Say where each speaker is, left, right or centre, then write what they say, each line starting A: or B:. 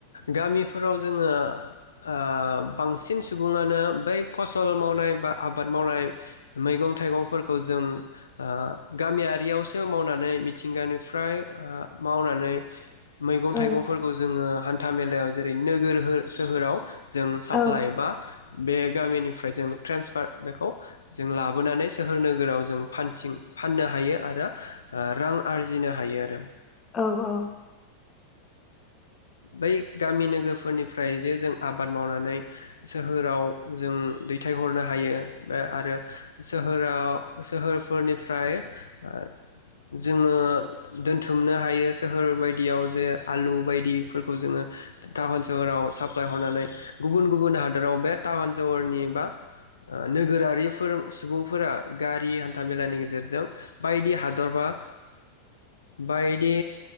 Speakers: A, on the left; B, on the left.
A: गामिफोराव जोंङो ओ बांसिन सुबुंङानो बै फसल मावनाय बा आबाद मावनाय मैगं थाइगंफोरखौ जों ओ गामिया बेयावसो मावनानै मिथिंगानिफ्राय ओ मावनानै मैगं
B: औ
A: थाइगंफोरखौ जोंङो। हान्था मेलायाव जेरै नोगोर सोहोराव। जों साप्लाइ
B: औ
A: एबा बे गामिनिफ्राय जों ट्रेन्सफार बेखौ जों लाबोनानै सोहोर नोगोराव जों फानथिं फाननो हायो आरो ओ रां जिनो हायो आरो।
B: औ औ।
A: बै गामि नोगोरफोरनिफ्राय जे जों आबाद मावनानै सोहोराव जों दैथायहरनो हायो। आरो जों। होराव सोहोरफोरनिफ्राय ओ जोंङो दोनथुमनो हायो सोहोर बायदियाव जे आलु बायदि। फोरखौ जोंङो टाउन सहराव साप्लाय हरना, नै गुबुन गुबुन हादराव बे टाउन सहरनि बा नोगोरारिफोर सुबुंफोरा गारि हान्था मेलानि गेजेरजों। बायदि हादर बा बायदि